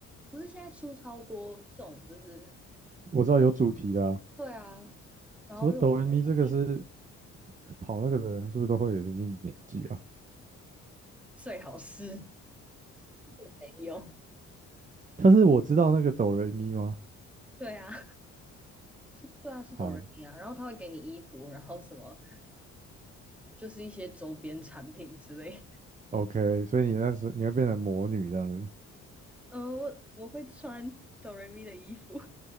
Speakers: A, in the centre; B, on the right.
A: 不是现在出超多这种，就是
B: 我知道有主题的啊
A: 对啊。然后因为我朋友想，
B: 怎么哆来咪这个是跑那个的人是不是都会有一定年纪啊？
A: 最好是没有。
B: 但是我知道那个哆来咪吗？
A: 对啊，是，对啊，是哆瑞咪啊。
B: 好
A: 然后他会给你衣服，然后什么，就是一些周边产品之类的。
B: ，OK，所以你那时你会变成魔女这样子，
A: 嗯、呃我我会穿哆瑞咪的衣服